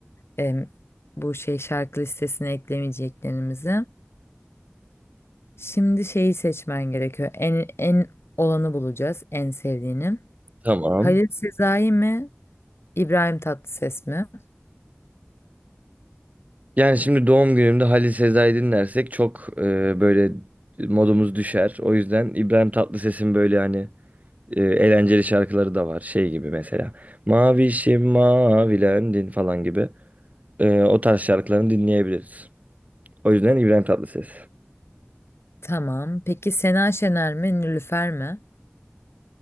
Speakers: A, on the left; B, on the right.
A: em, bu şey şarkı listesine eklemeyeceklerimizi. Şimdi şeyi seçmen gerekiyor. En en olanı bulacağız, en sevdiğini.
B: Tamam.
A: Halil Sezai mi, İbrahim Tatlıses mi?
B: Yani şimdi doğum günümde Halil Sezai dinlersek çok e, böyle modumuz düşer. O yüzden İbrahim Tatlıses'in böyle hani e, eğlenceli şarkıları da var. Şey gibi mesela. Mavişim mavilendin falan gibi. E, o tarz şarkılarını dinleyebiliriz. O yüzden İbrahim Tatlıses.
A: Tamam. Peki Sena Şener mi, Nilüfer mi?